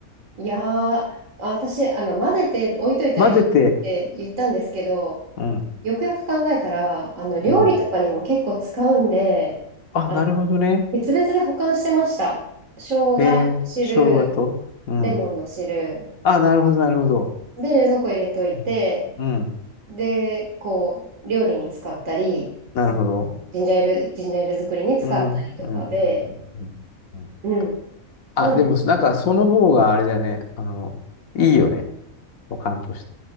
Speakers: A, on the right; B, on the left.
A: いやー、あ私、あの、混ぜて置いといたらいいって言ったんですけど、
B: 混ぜて、うん、
A: よくよく考えたら、あの、料理とかにも結構使うんで、
B: うん。あ、
A: あの、
B: なるほどね。
A: 別々で保管してました。生姜汁、
B: えー、生姜と。うん。
A: レモンの汁、
B: あ、なるほど、なるほど。
A: で、冷蔵庫入れといて、
B: うん、うん
A: で、こう、料理に使ったり、
B: なるほど。
A: そジンジャーエール、ジンジャーエール作りに使ったりとかで、
B: うん、うん、うん、うん。うん
A: うん。
B: あ、
A: なんで、
B: でも、なんか、その方があれだね。あの、いいよね。保管として。